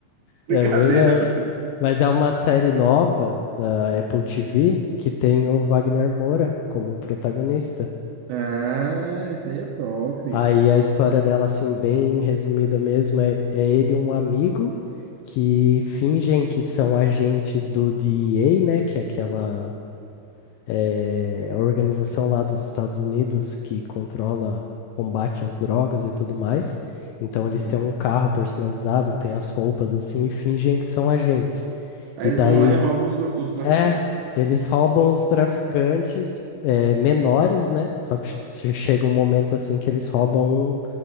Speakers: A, on the left; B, on the right.
A: É
B: <laughs> Brincadeira.
A: verdade.
B: viu?
A: Mas é uma série nova da Apple TV que tem o Wagner Moura como protagonista.
B: Ah, isso aí é top.
A: Aí a história dela, assim, bem resumida mesmo, é, é ele e um amigo que fingem que são agentes do DEA, né? Que é aquela eh, organização lá dos Estados Unidos que controla combate às drogas e tudo mais. Então
B: Sim.
A: eles têm um carro personalizado, têm as roupas assim e fingem que são agentes.
B: Aí
A: E
B: eles
A: daí
B: vão lá e roubam os, dro- os traficantes.
A: É, eles roubam os traficantes é, menores, né? Só que che- chega um momento assim que eles roubam